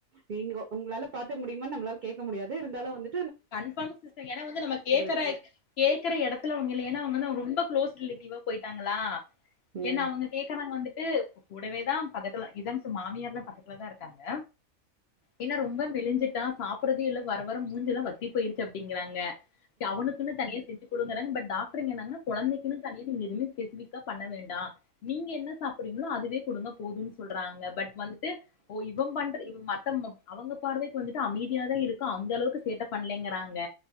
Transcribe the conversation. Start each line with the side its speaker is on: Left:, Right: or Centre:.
Right: நீங்கோ உங்களால பாத்துக்க முடியுமான் நம்பளால கேக்க முடியாது இருந்தாலு வந்து
Left: கன்ஃபார்ம் சிஸ்டர் ஏனா வந்து நம்ம கேக்கற
Right: விட்டுர்ணும்.
Left: கேக்குற எடத்துல அவ்ங்க இல்ல ஏனா அவ்ங்களா ரொம்ப க்ளோஸ் ரிலேட்டிவா போய்ட் டாங்களா
Right: ம்.
Left: என்ன அவ்ங்க கேக்றாங்க வந்து ட்டு ஒ கூடவே தா பக்கத்துல இதான் சு மாமியார்லா பக்கத்துலதா இருக்காங்க என்ன ரொம்ப மெலிஞ்சிட் டா சாப்ட்றதே இல்ல வர வர மூஞ்சிலா வத் திப் போயிருக்கு அப்டிங்கிறாங்க எ அவனுக்குனு தனியா செஞ்சு குடுங்கறாங் பட் டாக் ருங்க நாங்க கொழந்தைக்குனு தனி நீ நீங்க எதுவுமே பெசிஃபிக்கா பண்ண வேண்டா நீங்க என்ன சாப்ட்றீங்ளோ அதுவே குடுங்க போதுன் சொல்றாங்க பெட் வந்துட்டு ஒ இவன் பண்ற இவ் மத்தன்மம் அவங்க பாடுதா இப்ப வந்துட்டு அமைதியா தா இருக்கா அந்த அளவுக்கு சேட்ட பண்லேங்க றாங்க